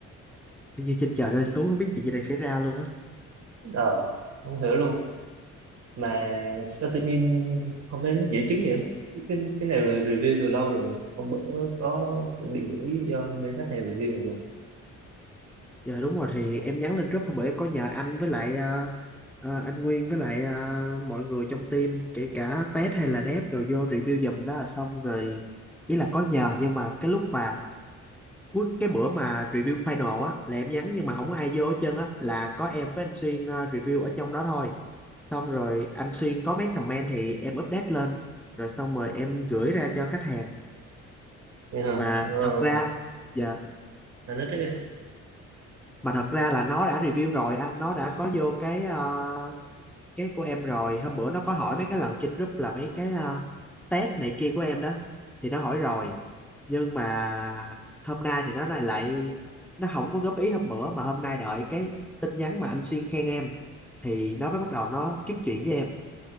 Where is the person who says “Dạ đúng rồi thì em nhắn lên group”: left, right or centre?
Centre